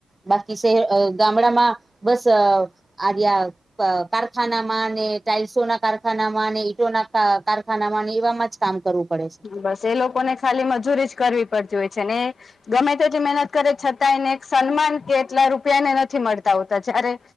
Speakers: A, on the right; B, on the left.
A: બાકી શહે ગામડામાં બસ આવ્યાં. કારખાનામાં ને ટાઇલ્સોના કારખાનામાં ને ઈંટોના કારખાનામાં ને એવામાં. કામ કરવું પડે છે.
B: બસ એ લોકોને ખાલી મજૂરી જ કરવી પડતી હોય છે. ને એ ગમે તે એટલી મહેનત કરે છતાં એને એક સન્માન કે એટલા રૂપિયા ને નથી મળતા હોતા જયારે.